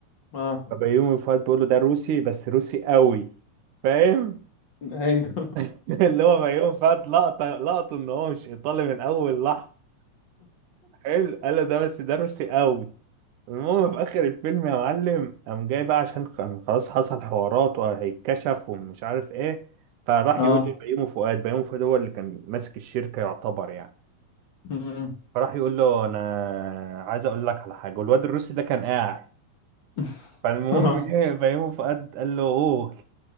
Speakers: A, on the left; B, on the right.
A: اه
B: فبيومي فؤاد بيقول له ده روسي بس روسي قوي فاهم
A: ايوه
B: <laughs> اللي هو بيومي فؤاد لقطة لقطه ان هو مش ايطالي من اول لحظة حلو قال له ده بس ده روسي قوي المهم في اخر الفيلم يا معلم قام جاي بقى عشان كان خلاص حصل حوارات وهيتكشف ومش عارف ايه فراح
A: <laughs>
B: يقول لبيومي فؤاد بيومي فؤاد هو اللي كان ماسك الشركه يعتبر يعني
A: اه
B: فراح يقول له انا عايز اقول لك على حاجه والواد الروسي ده كان قاعد
A: <laughs>
B: فالمهم
A: اه
B: ايه بيومي فؤاد قال له قول